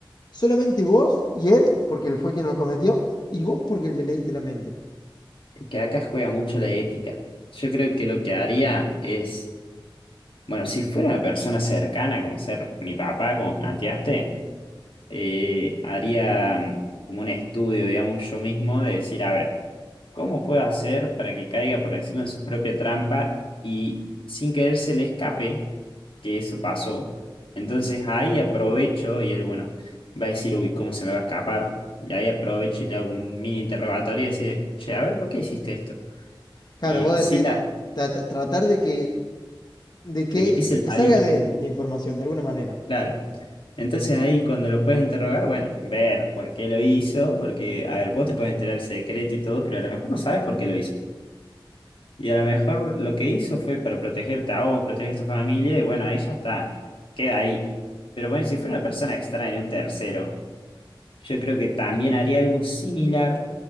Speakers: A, on the left; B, on the left.
A: solamente vos y él, porque él fue quien lo cometió, y vos porque le leíste la mente.
B: que acá juega mucho la ética. Yo creo que lo que haría es, bueno, si fuera una persona cercana, como ser mi papá, como planteaste, eh, haría mm, como un estudio, digamos, yo mismo, de decir, a ver, ¿cómo puedo hacer para que caiga, por decirlo, en su propia trampa y sin querer se le escape que eso pasó? Entonces ahí aprovecho y él, bueno, va a decir, uy, ¿cómo se me va a escapar? Y ahí aprovecho y le hago como un mini interrogatorio y decir, che, a ver, ¿por qué hiciste esto?
A: Claro,
B: Y
A: vos
B: sí,
A: decís
B: la,
A: "Tra- tra- tratar de que, de que
B: de que pise el
A: te
B: palito,
A: salga de él la información de alguna manera.
B: claro. Entonces ahí cuando lo puedes interrogar, bueno, ver por qué lo hizo, porque, a ver, vos te puedes enterar el secreto y todo, pero a lo mejor no sabes por qué lo hizo. Y a lo mejor lo que hizo fue para protegerte a vos, proteger a tu familia, y bueno, ahí ya está, queda ahí. Pero bueno, si fuera una persona extraña, un tercero, yo creo que también haría algo similar,